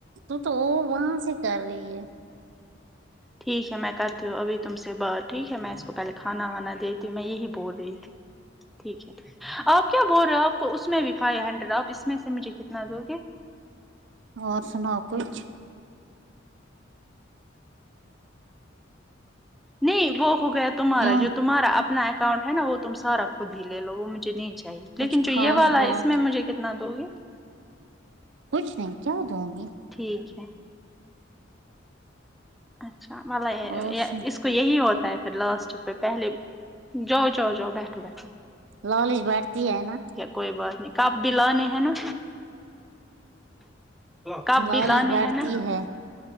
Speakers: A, on the right; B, in the centre.
A: تو تو وہ وہاں سے کر رہی ہے
B: ٹھیک ہے میں کرتی ہوں ابھی تم سے بات ٹھیک ہے میں اس کو پہلے کھانا وانا دیتی ہوں میں یہی بول رہی تھی ٹھیک ہے آپ کیا بول رہے ہو آپ کو اس میں بھی فائیو ہنڈریڈ آپ اس میں سے مجھے کتنا دو گے
A: اور سناؤ کچھ
B: نہیں وہ ہو گیا تمہارا
A: کیوں
B: جو تمہارا اپنا اکانٹ ہے نا وہ تم سارا خود ہی لے لو وہ مجھے نہیں چاہیے
A: کچھ
B: لیکن جو
A: خاص
B: یہ والا
A: بات
B: ہے اس میں مجھے کتنا دو گی
A: کچھ نہیں کیا دوں گی
B: ٹھیک ہے اچھا
A: اور سنو
B: اس تو یہی ہوتا ہے پھر لاسٹ پہ پہلے جاؤ جاؤ جاؤ بیٹھو بیٹھو
A: لالچ بڑھتی ہے نہ
B: کوئی بات نہیں کپ بھی لانے ہے نا کب
A: لالچ
B: بھی لانے
A: بڑھتی
B: ہیں نا
A: ہے